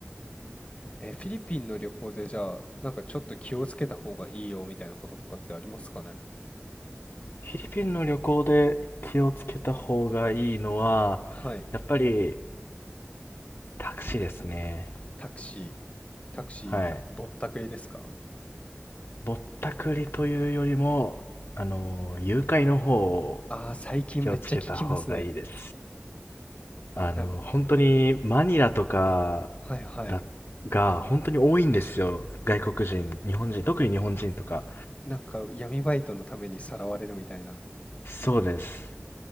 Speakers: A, on the left; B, on the left.
A: え、フィリピンの旅行でじゃあ、なんかちょっと気をつけた方がいいよみたいなこととかってありますかね
B: フィリピンの旅行で気をつけた方がいいのは、
A: はい。
B: やっぱりタクシーですね。
A: タクシー、タクシーぼったくりですか
B: はい。ぼったくりというよりも、あの、誘拐の方を
A: ああー、最近めっちゃ聞きますね。
B: 気をつけた方がいいです。あの、
A: なんか、
B: 本当にマニラとか
A: はいはい。
B: だ、が本当に多いんですよ。外国人、日本人、特に日本人とか。
A: なんか闇バイトのためにさらわれるみたいな、
B: そうです。